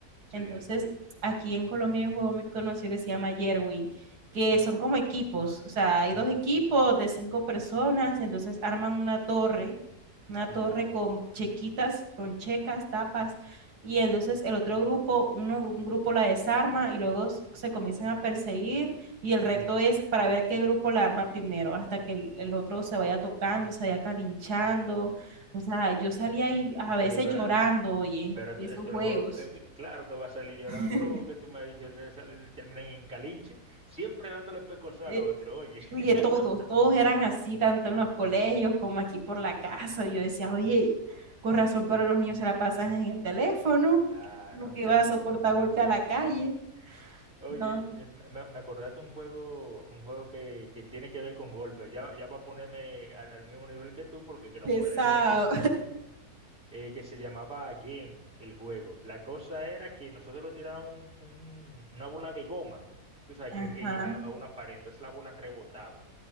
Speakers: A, in the centre; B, on the right.
A: Sí,
B: Entonces,
A: sí.
B: aquí en Colombia hay un juego muy conocido que se llama Yerwin, que son como equipos, o sea, hay
A: Ujú,
B: dos equipos de cinco personas, entonces arman una torre, una torre
A: ujú,
B: con chequitas, con checas, tapas, y entonces el otro grupo, uno, un grupo la desarma y luego s- se comienzan a perseguir y el reto
A: ujú.
B: es para ver qué grupo la arma primero, hasta que el, el otro se vaya tocando, se vaya calinchando, o sea, yo salía ahí a
A: Oye,
B: veces
A: pero,
B: llorando, oye,
A: pero
B: de
A: te-
B: esos
A: te
B: juegos.
A: los juegos, eh, que- claro que va a salir llorando.
B: <laughs>
A: Todos los juegos que tú me has dicho te sal- terminan en calinche, siempre dándole pecosal
B: eh,
A: al otro, oye.
B: oye,
A: <laughs>
B: todos, todos eran así, tanto en los colegios como aquí por la casa. Yo decía, oye, con razón que ahora los niños se la pasan en el teléfono,
A: Claro.
B: no que va a soportar golpe a la calle.
A: Oye,
B: No,
A: el- me, me- me acordaste un juego, un juego que, que tiene que ver con golpes. Ya, ya va a ponerme al, al mismo nivel que tú porque que no
B: pesado.
A: puede ser. eh, que se llamaba Game, el juego. La cosa era que nosotros tirábamos un- un- una bola de goma, tú sabes,
B: Ajá.
A: que, eh, a, a una pared, entonces la bola rebotaba.